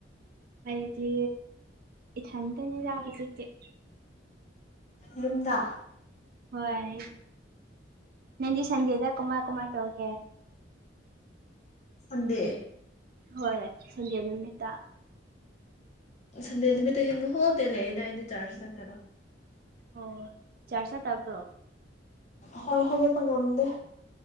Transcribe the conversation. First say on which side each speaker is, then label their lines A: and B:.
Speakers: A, on the right; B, on the left.
A: ꯑꯩꯗꯤ ꯏꯊꯟꯇꯅꯤꯗ ꯍꯧꯖꯤꯛꯇꯤ
B: ꯌꯨꯝꯗ
A: ꯍꯣꯏ ꯅꯪꯗꯤ ꯁꯟꯗꯦꯗ ꯀꯃꯥꯏ ꯀꯃꯥꯏ ꯇꯧꯒꯦ
B: ꯁꯟꯗꯦ
A: ꯍꯣꯏ ꯁꯟꯗꯦ ꯅꯨꯃꯤꯠꯇ
B: ꯁꯟꯗꯦ ꯅꯨꯃꯤꯠꯇ ꯌꯨꯝꯗ ꯍꯣꯜ ꯗꯦ ꯂꯩꯌꯦꯗ ꯑꯩꯗꯤ ꯆꯥꯔ꯭ꯆꯁꯨ ꯆꯠꯇꯕ
A: ꯑꯣ ꯆꯥꯔ꯭ꯁ ꯆꯠꯇꯕ꯭ꯔꯣ
B: ꯍꯣꯏ ꯍꯧꯒꯠꯄ ꯉꯝꯗꯦ